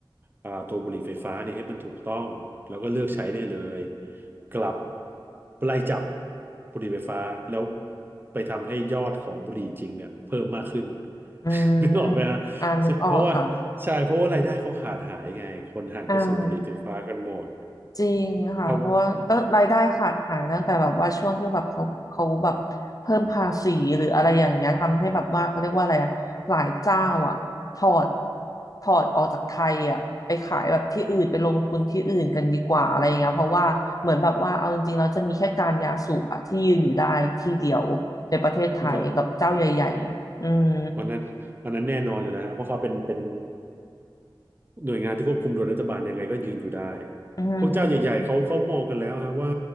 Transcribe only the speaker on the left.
อืม
อ่านึกออกค่ะ
อ่า จริงค่ะเพราะว่าตั้งรายได้ขาดหายตั้งแต่แบบว่าช่วงที่แบบเขาเขาแบบเพิ่มภาษีหรืออะไรอย่างเงี้ยทำให้แบบว่าเขาเรียกว่าอะไรอะหลายเจ้าอ่ะถอด
ถอดออกจากไทยอ่ะไปขายแบบที่อื่นไปลงทุนที่อื่นกันดีกว่าอะไรอย่างเงี้ยเพราะว่าเหมือนแบบว่าเอาจริงๆแล้วจะมีแค่การยาสูบอะที่ยืนอยู่ได้ที่เดียวในประเทศไทยกับเจ้าใหญ่ๆอืม
อืม